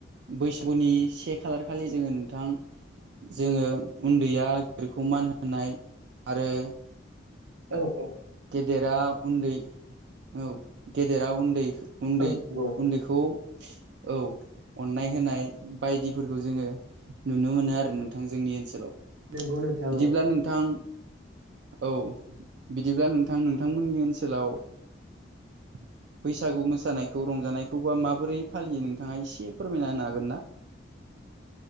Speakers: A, on the right; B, on the right.
A: बैसागुनि से खालार खालि जोङो नोंथां। जोङो उन्दैया गिदिरखौ मान होनाय आरो।
B: औ औ।
A: गेदेरा उन्दै औ गेदेरा उन्दै उन्दै
B: औ नंगौ
A: उन्दैखौ औ अननाय होनाय बायदिफोरखौ जोङो नुनो मोनो आरो नोंथां जोंनि ओनसोलाव।
B: नंगौ नोंथां
A: बिदिब्ला
B: औ
A: नोंथां। औ। बिद बिदिब्ला नोंथां नोंथांमोननि ओनसोलाव <inaudible> बैसागु मोसानायखौ रंजानायखौ बा माबोरै फालियो नोंथाङा एसे फोरमायना होनो हागोन ना? <inaudible>